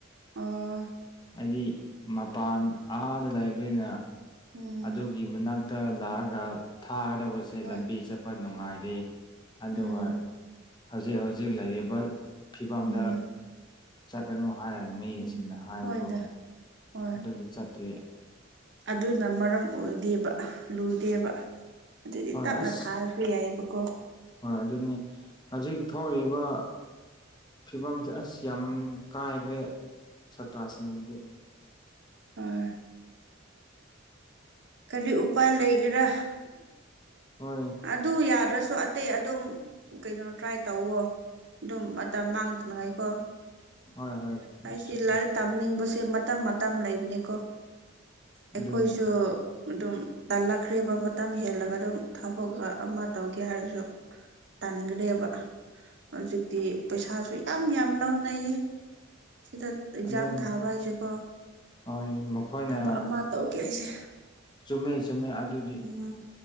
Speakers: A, on the right; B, on the left.
A: ꯑ
B: ꯍꯥꯏꯗꯤ ꯃꯄꯥꯟ ꯑꯥꯗ ꯂꯩꯕꯅꯤꯅ
A: ꯎꯝ
B: ꯑꯗꯨꯒꯤ ꯃꯅꯥꯛꯇ ꯇ ꯂꯥꯛꯑꯒ ꯊꯥꯒꯗꯧꯕꯁꯦ
A: ꯍꯣꯏ
B: ꯂꯝꯕꯤ ꯆꯠꯄ ꯅꯨꯡꯉꯥꯏꯔꯦ ꯑꯗꯨꯒ
A: ꯎꯝ
B: ꯍꯧꯖꯤꯛ ꯍꯧꯖꯤꯛ ꯂꯩꯔꯤꯕ ꯐꯤꯕꯝꯗ
A: ꯎꯝ
B: ꯆꯠꯀꯗꯅꯣ ꯍꯥꯏꯔꯦ ꯃꯌꯦꯛꯁꯤꯡꯅ
A: ꯎꯝ
B: ꯍꯥꯏꯕꯀꯣ
A: ꯍꯣꯏꯗ ꯍꯣꯏ
B: ꯑꯗꯨꯒꯤ ꯆꯠꯇ꯭ꯔꯤ
A: ꯑꯗꯨꯅ ꯃꯔꯝ ꯑꯣꯏꯗꯦꯕ ꯂꯨꯗꯦꯕ ꯑꯗꯨꯗꯤ
B: ꯍꯣꯏ
A: ꯇꯞꯅ
B: ꯑꯁ
A: ꯊꯥꯔꯁꯨ ꯌꯥꯏꯕꯀꯣ
B: ꯍꯣꯏ ꯑꯗꯨꯅꯤ ꯍꯧꯖꯤꯛ ꯊꯣꯛꯕ ꯐꯤꯕꯝꯗꯤ ꯑꯁ ꯌꯥꯝ ꯀꯥꯏꯈ꯭ꯔꯦ ꯁꯥꯇ꯭ꯔꯁꯤꯡꯒꯤꯗꯤ
A: ꯑꯣꯏ ꯀꯔꯤ ꯎꯄꯥꯏ ꯂꯩꯒꯦꯔꯥ
B: ꯍꯣꯏ
A: ꯑꯗꯨ ꯌꯥꯗ꯭ꯔꯁꯨ ꯑꯇꯩ ꯑꯗꯨꯝ ꯀꯩꯅꯣ ꯇ꯭ꯔꯥꯏ ꯇꯧꯋꯣ ꯑꯗꯨꯝ ꯃꯇꯝ ꯃꯥꯡꯗꯅꯉꯥꯏꯀꯣ
B: ꯍꯣꯏ ꯍꯣꯏ
A: ꯍꯥꯏꯥꯏꯁꯤ
B: ꯆꯨꯝꯃꯦ
A: ꯂꯔꯦ ꯇꯝꯅꯤꯁ ꯁꯦ ꯃꯇꯝ ꯃꯇꯝ ꯂꯩꯕꯅꯦꯀꯣ ꯑꯩꯈꯣꯏꯁꯨ
B: ꯑꯗꯨꯅꯤ
A: ꯑꯗꯨꯝ ꯇꯜꯂꯛꯈ꯭ꯔꯤꯕ ꯃꯇꯝ ꯍꯦꯜꯂꯒ ꯑꯗꯨꯝ ꯊꯕꯛ ꯑꯃ ꯇꯧꯒꯦ ꯍꯥꯏꯔꯁꯨ ꯇꯟꯈ꯭ꯔꯦꯕ ꯍꯧꯖꯤꯛꯇꯤ ꯄꯩꯁꯥꯁꯨ ꯌꯥꯝ ꯌꯥꯝ ꯂꯧꯅꯩꯌꯦ ꯁꯤꯗ ꯑꯦꯛꯖꯥꯝ
B: ꯑꯗꯨꯅꯤ
A: ꯊꯥꯕ ꯍꯥꯏꯁꯦꯀꯣ
B: ꯍꯣꯏ ꯃꯈꯣꯏꯅ
A: ꯊꯕꯛ ꯑꯃ ꯇꯧꯒꯦ ꯍꯥꯏꯁꯦ
B: ꯆꯨꯝꯃꯤ ꯆꯨꯝꯃꯤ ꯑꯗꯨꯗꯤ
A: ꯎꯝ